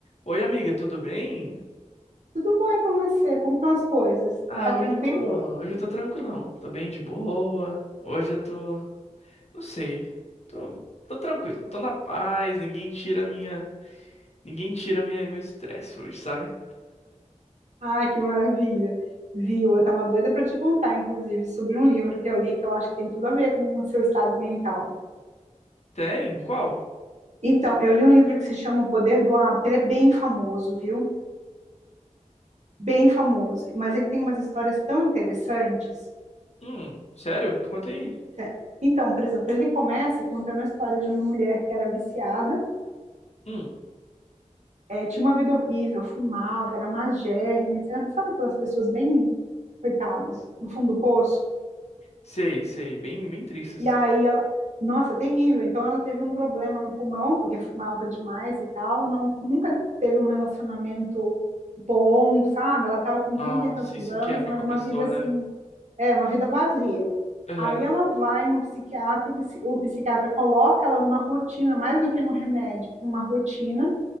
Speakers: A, on the left; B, on the right.
A: Oi, amiga, tudo bem?
B: Tudo bom e com você? Como estão as coisas?
A: Ah,
B: Tá tranquilo?
A: hoje eu tô, hoje eu tô tranquilão, tô bem de boa. Hoje eu tô, não sei, tô, tô tranquilo, tô na paz, ninguém tira minha, ninguém tira minha, meu estresse hoje, sabe?
B: Ai, que maravilha. Viu? Eu tava doida para te contar, inclusive, sobre um livro que eu li que eu acho que tem tudo a ver com o seu estado mental.
A: Tem? Qual?
B: Então, eu li um livro que se chama O Poder do Hábito. Ele é bem famoso, viu? Bem famoso. Mas ele tem umas histórias tão interessantes.
A: Hum, sério? Conta aí.
B: Cé- Então, por exemplo, ele começa contando a história de uma mulher que era viciada,
A: Hum,
B: eh, tinha uma vida horrível, fumava, era magérrima, etc. Sabe aquelas pessoas bem coitadas, no fundo do poço?
A: sei, sei, bem, bem triste. isso.
B: E aí ela, nossa, terrível. Então ela teve um problema no pulmão, porque fumava demais e tal, não, nunca teve um relacionamento bom, sabe? Ela estava com
A: Nossa,
B: 30 e tantos
A: isso
B: anos,
A: quebra
B: mas
A: com a pessoa,
B: uma vida assim,
A: né?
B: é, uma vida vazia.
A: Aham,
B: Aí ela vai num psiquiatra, o, psi- o psiquiatra coloca ela numa rotina, mais do que no remédio, numa rotina